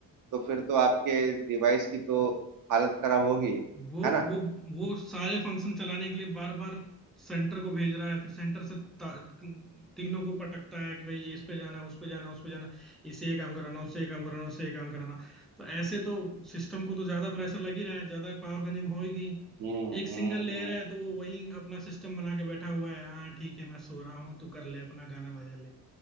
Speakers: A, on the right; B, in the centre.
A: तो फिर तो आपके डिवाइस की तो हालत खराब होगी
B: वो
A: है ना
B: वो वो सारे फंक्शन चलाने के लिए बार बार सेंटर को भेज रहा है फिर सेंटर से ता- तीनों को पटकता है कि भाई इस पे जाना है, उस पे जाना है, उस पे जाना इसे ये काम कराना उससे ये काम कराना उससे ये काम कराना तो ऐसे तो सिस्टम को तो ज्यादा प्रेशर लग ही रहा है ज्यादा पावर कंज्यूम होगी
A: हम्म
B: एक
A: हम्म
B: सिंगल लेयर
A: हम्म
B: है तो वो वही अपना सिस्टम बना के बैठा हुआ है हाँ ठीक है मैं सो रहा हूँ तू कर ले अपना गाना बजा ले